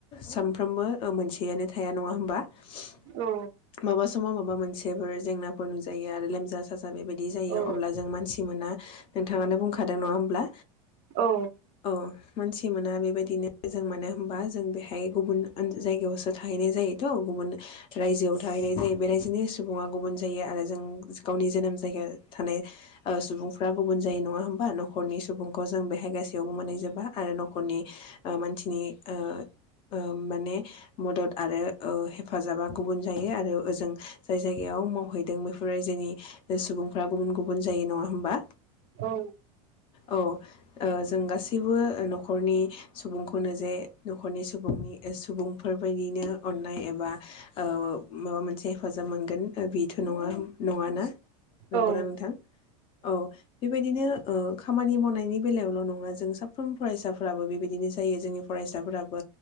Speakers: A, on the left; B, on the right.
A: सानफ्रोमबो ओमोनसेयानो थाया नङा होमबा माबा
B: औ
A: समाव माबा मोनसेफोर जेंना <unintelligible> जायो आरो लोमजा साज बा बेबायदि जायो
B: औ
A: अब्ला जों मानसि मोना नोंथाङानो बुंखादों नङा होमब्ला?
B: औ
A: औ मानसि मोना बेबायदिनो जों मानो होनबा जों बेहाय गुबुन ओन जायगायावसो थाहैनाय जायोथ' गु बुन रायजोआव थाहैनाय जायो बेरायजोनि सुबुङा गुबुन जायो आरो जों गावनि जोनोम जायगा थानाय ओ सुबुंफ्रा गुबुन जायो नङा होमबा न'खरनि सुबुं अ जों बेहाय गासैयावबो मोनहैजोबा आरो न'खरनि ओ मानसिनि ओ ओ माने मदद आरो ओ हेफाजाबा गुबुन जायो आरो ओजों जाय जायगायाव मावहैदों बेफोर रायजोनि सुबुंफ्रा गुबुन गुबुन जायो नङा होमबा
B: औ
A: औ ओ जों गासैबो न'खरनि सु बुंखौनो जे न'खरनि सुबुंनि ओस सुबुंफोरबायदिनो अननाय एबा ओ माबा मोनसे हेफाजाब मोनगोन बिथ' नङा नङाना
B: औ
A: नंगौना नोंथां? औ बेबायदिनो ओ खामानि मावनायनि बेलायावल' नङा जों साफ्रोम फरायसाफोराबो बेबायदिनो जायो जोंनि फरायसाफोराबो